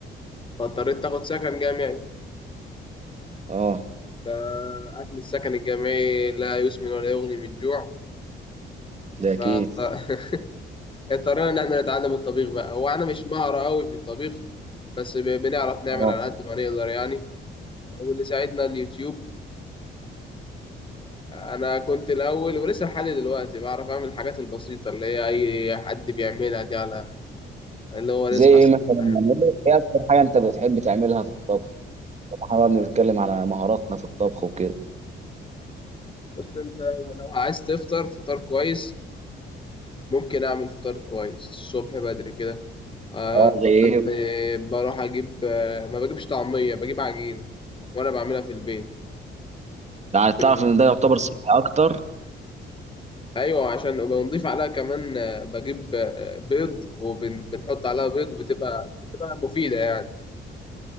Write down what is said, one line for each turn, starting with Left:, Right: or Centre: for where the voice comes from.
Left: فاضطريت تاخد سكن جامعي
Right: آه
Left: فأكل السكن الجامعي لا يسمن ولا يغني من الجوع
Right: ده أكيد
Left: فاضطرينا <laughs> إن احنا نتعلم الطبيخ بقى هو أنا مش مهرة أوي في الطبيخ بس ب- بنعرف نعمل
Right: آه
Left: على قد ما نقدر يعني واللي ساعدنا اليوتيوب انا كنت الاول ولسه لحد دلوقتي بعرف اعمل الحاجات البسيطه اللي هي اي حد بيعملها دي على اللي هو نصحى
Right: زي إيه
Left: الصبح
Right: مثلا يعني
Left: <clears throat>
Right: إيه أكتر حاجة أنت بتحب تعملها في الطبخ؟ احنا بقى بنتكلم على مهاراتنا في الطبخ وكده
Left: بس انت لو عايز تفطر فطار كويس ممكن اعمل فطار كويس الصبح بدري كده آه،
Right: اه
Left: طبعا
Right: زي ايه
Left: ب- بروح اجيب آه، ما بجيبش طعميه بجيب عجينه وانا بعملها في البيت
Right: ده عايز
Left: ب-
Right: تعرف ان ده يعتبر صحي اكتر
Left: ايوه عشان وبنضيف عليها كمان آه، بجيب آه، بيض وبنحط عليها بيض وبتبقى بتبقى مفيده يعني